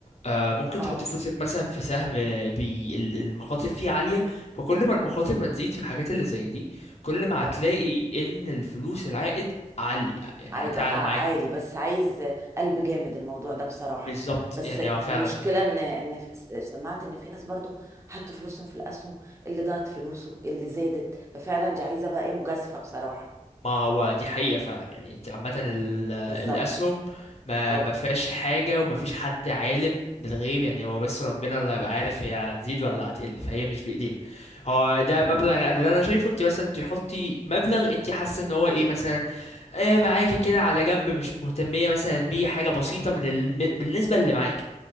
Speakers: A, on the left (about 50°); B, on the right (about 20°).
A: آه ممكن
B: اه
A: تحط فلوسك مثلا في سهم بي ال- المخاطر فيه عالية فكل ما المخاطر ما تزيد في الحاجات اللي زي دي كل ما
B: اه
A: هتلاقي إن الفلوس العائد عالي يعني
B: هيبقى
A: هتعلى معاك
B: عالي بس عايز قلب جامد الموضوع ده بصراحة
A: بالظبط
B: بس
A: يعني هو فعلا
B: المشكلة ان ان ف- سمعت ان في ناس برضو حطوا فلوسهم في الاسهم اللي ضاعت فلوسه اللي زادت ففعلا دي عايزة بقى ايه مجازفة بصراحة
A: ما هو دي حقيقة فعلا يعني انت عامة ال-
B: بالظبط
A: الأسهم ما
B: اه
A: ما فيهاش حاجة وما فيش حد عالم من الغيب يعني هو بس ربنا اللي هيبقى عارف هي هتزيد ولا هتقل فهي مش بإيدينا هو ده
B: امم
A: مبلغ انا اللي انا شايفه انت مثلا تحطي مبلغ انت حاسة ان هو ايه مثلا آه معاكي كده على جنب مش مهتمية مثلا بيه حاجة بسيطة من الم... من النسبة اللي معاكي